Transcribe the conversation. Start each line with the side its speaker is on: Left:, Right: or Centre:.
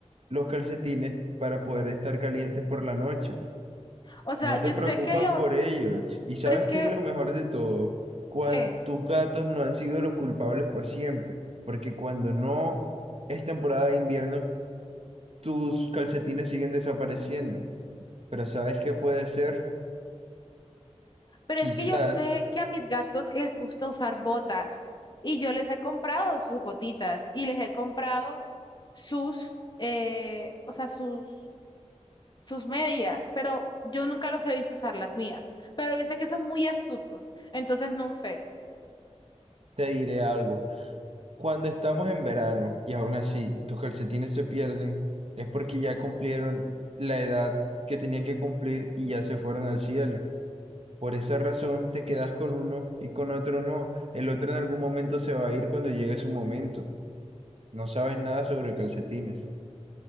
Right: los calcetines para poder estar calientes por la noche.
Left: O sea,
Right: No
Left: yo
Right: te preocupas
Left: sé que los,
Right: por ellos. Y sabes
Left: pero es que,
Right: qué es lo mejor de todo, cuando
Left: ¿qué?
Right: tus gatos no han sido los culpables por siempre, porque cuando no es temporada de invierno, tus calcetines siguen desapareciendo. Pero ¿sabes qué puede ser?
Left: Pero
Right: Quizás
Left: es que yo sé que a mis gatos les gusta usar botas y yo les he comprado sus botitas y les he comprado sus, eh, o sea, sus sus medias, pero yo nunca los he visto usar las mías. Pero yo sé que son muy astutos, entonces no sé.
Right: te diré algo. Cuando estamos en verano y aún así tus calcetines se pierden, es porque ya cumplieron la edad que tenían que cumplir y ya se fueron al cielo. Por esa razón te quedas con uno y con otro no. El otro en algún momento se va a ir cuando llegue su momento. No sabes nada sobre calcetines.